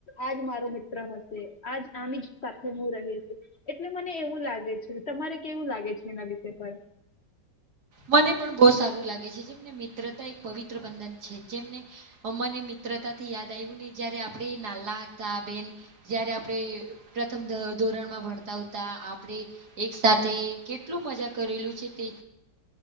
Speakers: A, on the left; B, on the right.
A: આજ મારું મિત્ર હશે આજ આની જ સાથે હું રહી છું એટલે મને એવું લાગે છે તમારે કેવું લાગે છે એના વિ શે પણ
B: મને પણ બો સારું લાગે છે જેમને મિત્રતા એક પવિત્ર બંધન છે જેમને અમને મિત્રતા થી યાદ આયવુ જે જયારે આપણે નાલા હતા બેન જયારે આપણે પ્રથમ ધો રણમાં ભણતા ઉતા આપણે એક સાથે કેટલું મજા કરેલું છે તે